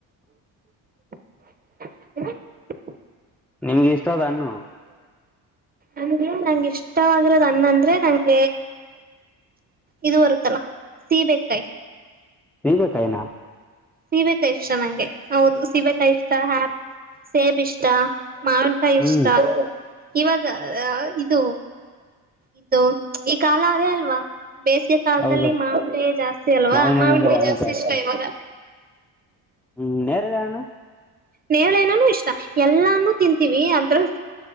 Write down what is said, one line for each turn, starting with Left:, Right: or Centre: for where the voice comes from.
Right: ಹ <inaudible>
Centre: ನಿಮ್ಗೆ ಇಷ್ಟ ಇಷ್ಟದನ್ನುು
Right: ಅಂಗೆ ನಂಗ ಇಷ್ಟವಾಗಿರ <inaudible> ಹಣ್ಣು ಅಂದ್ರೆ ನಂಗೆ <inaudible> ಇದು ಬರುತ್ತಾಲ್ಲ ಸೀಬೆ ಕಾಯಿ
Centre: ನಿಂಭಿಕಾಯನ
Right: ಸೀಬೆಕಾಯಿ ಇಷ್ಟ ನಂಗೆ ಹೌದು ಸೇಬೆ ಕಾಯಿ ಇಷ್ಟ ಆಪ್ ಸೇಬ್ ಇಷ್ಟ. ಮಾವಿನಕಾಯಿ
Centre: ಹ್ಮ್
Right: ಇಷ್ಟ. ಇವಾಗ ಇದು ಇದು ಈ ಕಾಲ ಅದೇ ಅಲ್ವಾ. ಬೇಸಿಗೆ ಕಾಲದಲ್ಲಿ
Centre: ಹೌದು
Right: ಮಾವಣಿಗೆ ಜಾಸ್ತಿ ಅಲ್ವಾ
Centre: ಮಾವಿನ
Right: ಮಾವನಿಗೆ
Centre: ಹಣ್ಣು ಅಂದ್ರೆ
Right: ಜಾಸ್ತಿ
Centre: ಆಯ್ತು ಅಷ್ಟೆ
Right: ಇಷ್ಟ ಇವಾಗ.
Centre: ಹ್ಮ್ ನರೆಲ್ಲಣ.
Right: ನೇಳೆನಾನ ಇಷ್ಟ ಎಲ್ಲಾನೂ ತಿಂತೀವಿ ಅದ್ರ